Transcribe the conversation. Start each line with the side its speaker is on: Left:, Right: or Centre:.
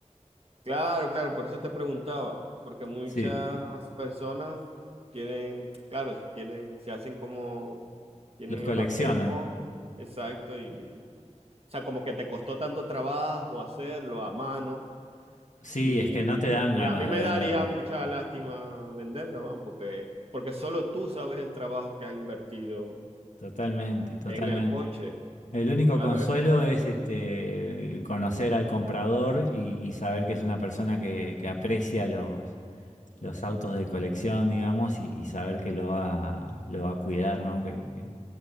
Right: Claro, claro, por eso te preguntaba, porque muchas
Left: Sí,
Right: personas tienen, claro, tienen, se hacen como, tienen
Left: los coleccionan.
Right: el apego, exacto, y, o sea, como que te costó tanto trabajo hacerlo a mano,
Left: Sí,
Right: y,
Left: es que no te dan
Right: y
Left: ganas
Right: a mí me
Left: de venderlo.
Right: daría mucha lástima venderlo, ¿no? Porque, porque solo tú sabes el trabajo que has invertido
Left: Totalmente, totalmente.
Right: en el coche.
Left: El único
Right: Claro,
Left: consuelo es este, conocer al comprador y, y saber que es una persona que, que aprecia los, los autos de colección, digamos, y, y saber que lo va, lo va a cuidar, ¿no? Que, que,